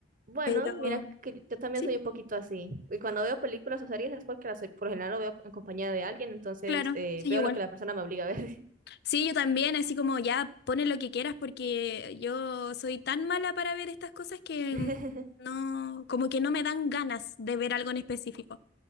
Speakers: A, on the right (about 45°); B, on the left (about 60°).
A: Bueno,
B: Pero
A: mira que yo también
B: Sí,
A: soy un poquito así. Y cuando veo películas o series es porque las, por lo general lo veo en compañía de alguien, entonces
B: claro,
A: eh,
B: soy
A: veo
B: igual.
A: lo que la persona me obliga a ver.
B: Sí, yo también, así como ya pone lo que quieras porque yo soy tan mala para ver estas cosas que
A: <laughs>
B: no, como que no me dan ganas de ver algo en específico.